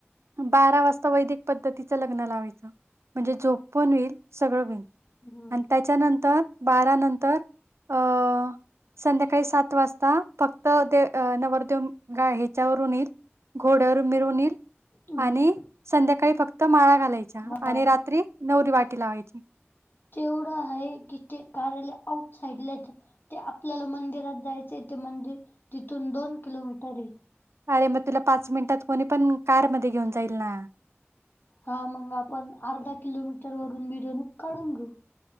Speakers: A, on the right; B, on the left.
A: बारा वाजता वैदिक पद्धती लग्न लावायचं म्हणजे झोप पण होईल सगळं होईल
B: हम्म.
A: आणि त्याच्यानंतर बारा नंतर अ संध्याकाळी सात वाजता फक्त दे नवरदेवा ह्याच्यावरून येईल. घोड्यावर मिरून येईल
B: हम्म
A: आणि संध्याकाळी फक्त माळा घालायचा
B: हा
A: आणि रात्री नवरी वाटी लावायची
B: ते एवढं आहे की ते कार्यालय आउट साइड लाच आपल्याला मंदिरात जायचं तेे मंदिर तिथून दोन किलोमीटर आहे.
A: अरे मग तुला पाच मिनिटात कोणी पण कार मध्ये घेऊन जाईल ना.
B: हा मंग आपण अर्धा किलोमीटर वरून मििरवणूक काढून घेऊ.